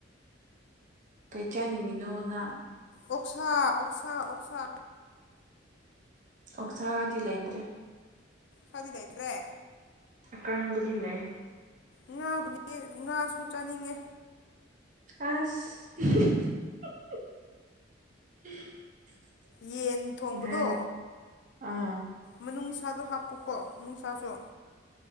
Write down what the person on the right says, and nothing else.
ꯀꯩ ꯆꯥꯅꯤꯡꯉꯤꯅꯣ ꯅꯪ
ꯑꯣꯛꯁꯥꯗꯤ ꯂꯩꯇ꯭ꯔꯦ
ꯑꯀꯪꯕꯗꯤ ꯂꯩ
ꯑꯁ
ꯉꯍꯥꯟ ꯑꯥ